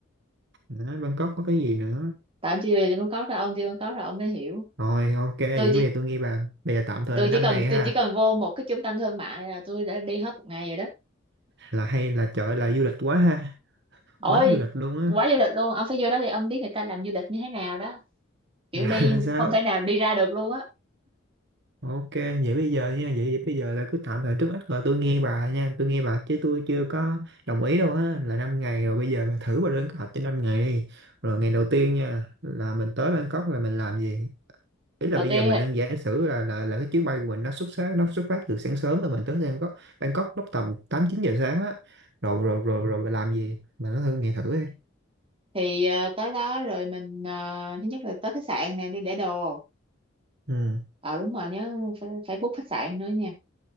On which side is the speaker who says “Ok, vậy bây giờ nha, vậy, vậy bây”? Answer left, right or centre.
Right